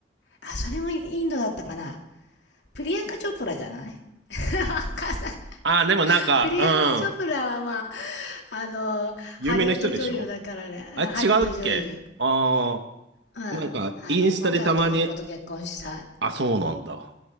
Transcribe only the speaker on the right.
あ、でもなんか、
うん。
有名な人でしょ
あ、違うっけあ
あ
ー、なんか、
インスタでたまに、
あ、そうなんだ。